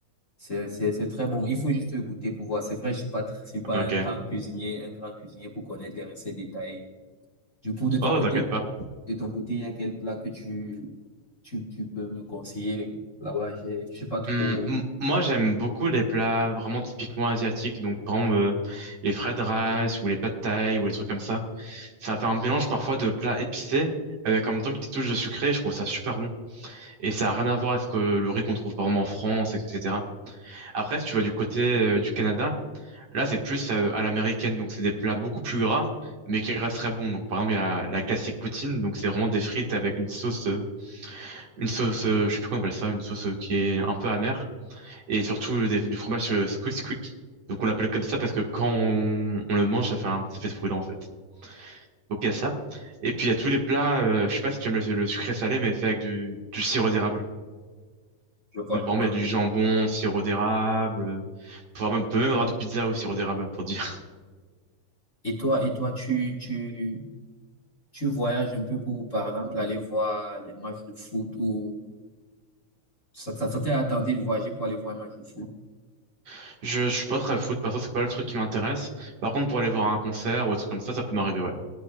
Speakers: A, on the left; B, on the right.
A: C'est, c'est, c'est très bon. Il faut juste goûter pour voir. C'est vrai, je suis pas, tr- je suis pas
B: Ok.
A: un grand cuisinier, un grand cuisinier pour connaître les recettes détaillées. Du coup, de ton
B: Oh,
A: côté,
B: t'inquiète pas.
A: de ton côté, il y a quel plat que tu, tu, tu peux me conseiller là-bas? J'ai- Je suis pas trop,
B: Hum, m- moi, j'aime beaucoup les plats vraiment typiquement asiatiques, donc par exemple euh, les fried rice ou les pad thaï ou les trucs comme ça. Ça fait un mélange parfois de plats épicés avec en même temps une petite touche de sucré, et je trouve ça super bon. Et ça a rien à voir avec euh, le riz qu'on trouve par exemple en France, etc. Après, si tu vas du côté euh, du Canada, là c'est plus euh, à l'américaine, donc c'est des plats beaucoup plus gras, mais qui restent très bons. Donc par exemple, il y a la classique poutine, donc c'est vraiment des frites avec une sauce, euh, une sauce, euh, je sais plus comment on appelle ça, une sauce euh, qui est un peu amère et surtout euh, des- du fromage euh, squick squick. Donc on l'appelle comme ça parce que quand on, on le mange, ça fait un- ça fait ce bruit-là en fait. Donc il y a ça. Et puis il y a tous les plats, euh, je sais pas si tu aimes le, le sucré salé, mais fait avec du, du sirop d'érable.
A: je vois,
B: Donc
A: je
B: par
A: vois
B: exemple,
A: un peu.
B: il y a du jambon, sirop d'érable, euh, voire même- peut même avoir du pizza au sirop d'érable pour dire.
A: Et toi, et toi, tu, tu, tu voyages un peu pour, par exemple, aller voir les matchs de foot ou ça, ça, ça t'est attendu de voyager pour aller voir un match de foot?
B: <laughs> Je, je suis pas très foot, perso, c'est pas le truc qui m'intéresse. Par contre, pour aller voir un concert ou un truc comme ça, ça peut m'arriver, ouais.